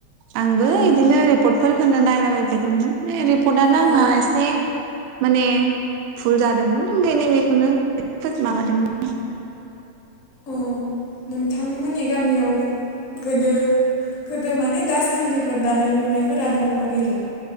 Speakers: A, on the right; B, on the left.
A: आंबो
B: ओं
A: इदिनो रिपर्टफोर खोनो नायलाबायबाय दंमोन बे रिपर्टआनो
B: अ
A: आंना एसे माने भुल जादोंमोन बेनो बेखौनो <unintelligible> माबादोंमोन। <inaudible>
B: अ नोंथांमोननि गामियाव गोदो गोदो माने दासान्दिफोर दानाय लुनायफोरा दंना गैला?